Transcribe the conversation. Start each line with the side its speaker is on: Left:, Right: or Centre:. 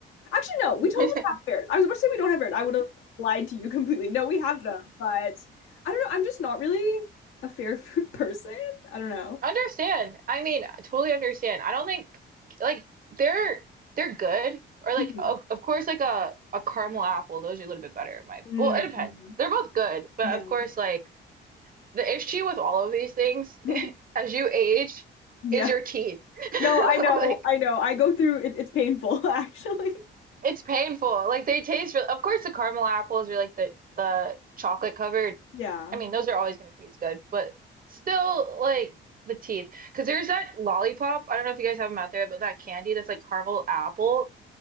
Left: Actually, no, we
Right: <laughs>
Left: totally have fairs. I was about to say we don't have fairs. I would have lied to you completely. No, we have them, but I don't know. I'm just not really a fair <laughs> food person. I don't know.
Right: Understand. I mean, totally understand. I don't think like they're they're good or like
Left: Mhm.
Right: o of course like a a caramel apple, those are a little bit better in my
Left: Mm,
Right: well, it depends.
Left: mhm.
Right: They're both good, but
Left: Yeah.
Right: of course like the issue with all of these things
Left: <laughs>
Right: as you age
Left: Yeah.
Right: is your teeth. <laughs>
Left: No, I know.
Right: Like
Left: I know. I go through it, it's painful, <laughs> actually.
Right: It's painful. Like they taste real of course the caramel apples or like the the chocolate covered.
Left: Yeah.
Right: I mean, those are always going to taste good, but still like the teeth. Because there's that lollipop. I don't know if you guys have them out there, but that candy that's like caramel apple.